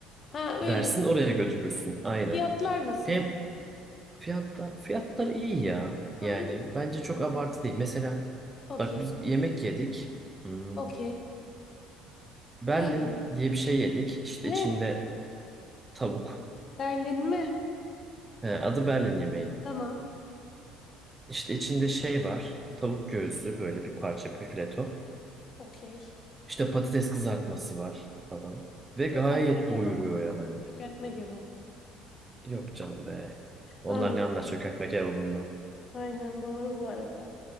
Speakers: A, on the left; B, on the right.
A: Ha, öyle.
B: dersin oraya götürürsün. Aynen.
A: Fiyatlar nasıl?
B: Hem fiyatlar fiyatlar iyi ya.
A: Ha,
B: Yani
A: iyi.
B: bence çok
A: Tamam.
B: abartı değil. Mesela
A: Okey.
B: bak biz yemek yedik. Hmm,
A: Okey.
B: Berlin
A: Neydi?
B: diye bir şey yedik. İşte
A: Ne?
B: içinde tavuk.
A: Berlin mi?
B: He, adı Berlin yemeğin.
A: Tamam.
B: İşte içinde şey var. Tavuk göğsü böyle bir parça bir fileto.
A: Okey.
B: İşte patates kızartması var falan. Ve
A: Çökertme
B: gayet
A: kebabı.
B: doyuruyor yani.
A: Çökertme kebabı.
B: Yok canım be. Onlar
A: Tabii.
B: ne anlar çökertme kebabından.
A: Aynen doğru bu arada.